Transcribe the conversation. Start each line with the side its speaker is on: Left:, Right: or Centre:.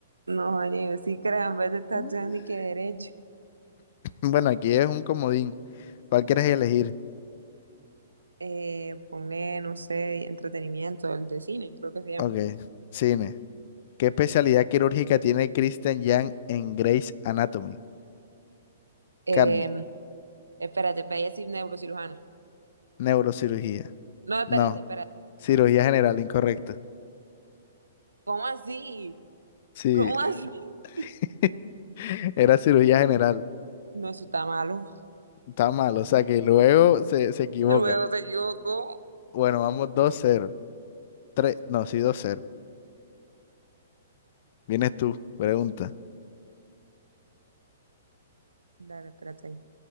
Right: No, amigo, sí, caramba, te estás
Left: Mm,
Right: estudiando y que derecho.
Left: Bueno, aquí es un comodín. ¿Cuál quieres elegir?
Right: eh, ponle, no sé, entretenimiento, el de cine, creo que se llama.
Left: Ok, cine. ¿Qué especialidad quirúrgica tiene Kristen Yang en Grey's Anatomy?
Right: Eh,
Left: Cardi-
Right: espérate, pero ella es neurocirujana.
Left: Neurocirugía.
Right: No, espérate,
Left: No,
Right: espérate.
Left: cirugía general, incorrecto.
Right: ¿Cómo así?
Left: Sí,
Right: ¿Cómo así? <laughs>
Left: <laughs> era cirugía general.
Right: No, eso está malo.
Left: Está mal, o sea que luego se, se equivoca.
Right: Luego se equivocó.
Left: Bueno, vamos dos cero. Tres- no, sí, dos cero. Vienes tú, pregunta.
Right: Dale, espérate ahí.